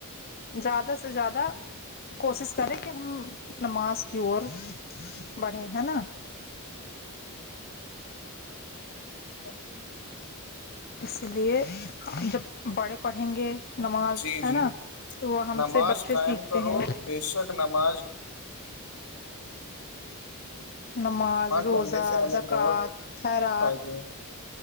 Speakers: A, on the left (about 45°); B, on the left (about 80°).
A: زیادہ سے زیادہ کوشش کریں کہ ہم نماز کی اور بڑھے ہے نا <unintelligible>
B: اچ <inaudible> <inaudible>
A: اسی لیے جب بڑے پڑھیں گے نماز
B: جی
A: ہے
B: جی
A: نا تو وہ ہم
B: نماز
A: سے بچے
B: قائم
A: سیکھتے
B: کرو
A: ہیں
B: بے شک نماز
A: نماز روزہ
B: پڑھنے سے ہمیں
A: زکوۃ
B: بہت
A: خیرات
B: فائدے ہیں